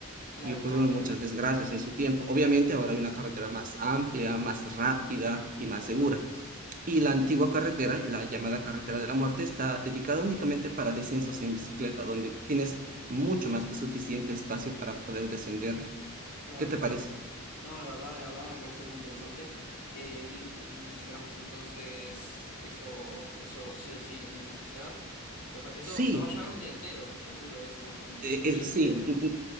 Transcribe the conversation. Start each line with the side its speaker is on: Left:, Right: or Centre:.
Left: Claro,
Right: y ocurrieron
Left: claro, claro.
Right: muchas desgracias en su tiempo. Obviamente ahora hay una carretera más amplia, más rápida y más
Left: Claro,
Right: segura. Y la antigua carretera, la llamada carretera de la muerte, está dedicada únicamente para descensos en bicicleta, donde tienes mucho más que suficiente espacio para poder descenderla.
Left: claro,
Right: ¿Qué te
Left: claro,
Right: parece?
Left: claro. No, la verdad, la verdad me parece muy interesante. Eh, di- eh, llevamos entonces eso, eso sí o sí lo tenemos que hacer. Lo ja- Eso
Right: Sí,
Left: nos va a llevar un día entero, calculo eso, ¿no? Porque entre
Right: Eh,
Left: que salimos
Right: eh, sí,
Left: y eso.
Right: mm, mm,